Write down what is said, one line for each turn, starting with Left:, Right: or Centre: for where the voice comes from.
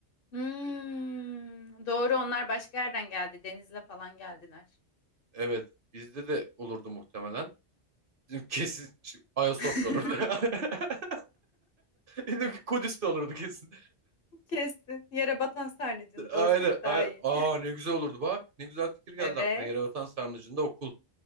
Left: Hmm, doğru onlar başka yerden geldi. Denizle falan geldiler.
Right: Evet. Bizde de olurdu muhtemelen. Bizim Kesin şu- Ayasofya
Left: <laughs>
Right: olurdu. <laughs> Dedim ki Kudüs olurdu kesin.
Left: Kesin. Yere batan sarnıcında
Right: Aynen.
Left: olsak daha
Right: ay-
Left: iyi.
Right: Aa ne güzel olurdu bak. Ne güzel fikir geldi
Left: Evet.
Right: aklına. Yerebatan Sarnıcı'nda okul.